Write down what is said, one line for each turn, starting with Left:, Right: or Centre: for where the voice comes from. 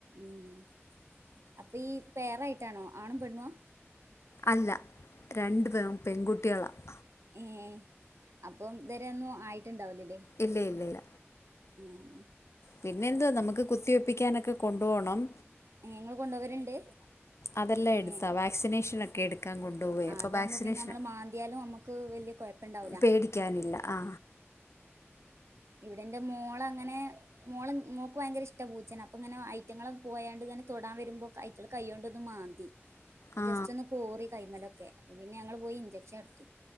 Right: ഉം അപ്പൊ ഈ പേറായിട്ടാണോ ആണും പെണ്ണും ആഹ്
Left: അല്ല രണ്ട് പേരും പെൺകുട്ടികളാണ്
Right: ഏഹ് അപ്പം ഇതുവരെ ഒന്നും ആയിട്ടുണ്ടാവില്ലല്ലേ
Left: ഇല്ല ഇല്ല ഇല്ല
Right: ഉം ഉം
Left: പിന്നെ എന്തോ നമുക്ക് കുത്തിവെപ്പിക്കാനൊക്കെ കൊണ്ടുപോകണം.
Right: നിങ്ങൾ കൊണ്ടുപോവരണ്ട്.
Left: അതെല്ലാം
Right: ഏഹ്
Left: എടുത്താ വാക്സിനേഷനൊക്കെ എടുക്കാൻ കൊണ്ടുപോയി അപ്പോൾ
Right: അതാകുമ്പോ
Left: വാക്സിനേഷൻ
Right: പിന്നെ നമ്മളെ മാന്തിയാലും നമ്മുക്ക് വലിയ കുഴപ്പ മുണ്ടാവുല്ല
Left: പേടിക്കാനില്ല ആ
Right: ഇവിടെ എന്റെ മോളങ്ങനെ മോള്, മോൾക്ക് ഭയങ്കര ഇഷ്ട പൂച്ചേന അപ്പൊ ഇങ്ങനെ ഐറ്റ്ങ്ങൾ പോയാണ്ട് ഇങ്ങനെ തൊടാൻ വരുമ്പോൾ ഐറ്റ്ങ്ങൾ കൈയും കൊണ്ട് ഒന്ന് മാന്തി.
Left: ആ
Right: ജസ്റ്റ് ഒന്ന് പോറി കൈ്മലൊക്കെ അപ്പൊ പിന്നെ ഞങ്ങൾ പോയി ഇഞ്ചെക്ഷൻ എടുത്തു.